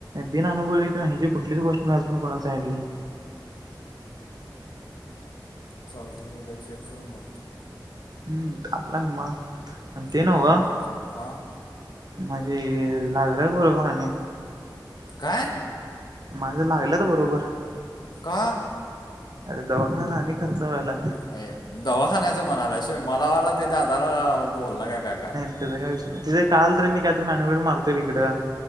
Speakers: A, on the right (about 55°); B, on the left (about 60°).
A: दिन अनुभव किंवा ह्याची कुठलीच गोष्ट मीज कोणा सांगितले नाही.
B: चालते तर चेक करून बघतो.
A: हम्म आपल्या मार ते नव
B: अप्लाय
A: का?
B: मारतो हां
A: म्हजे लागलंय बरोबर आणि
B: काय?
A: माझ्या लागल्यात बरोबर
B: का?
A: अरे दवाखण्या्याला आणि खर्च व्हायला.
B: अ दवाखान्याचा म्हणाला आहे सोय मला वाला ते दादाला बोलला काय काय का?
A: तझ काय विष नाही त तेे काल र नी कायत मबड मारतरी इकं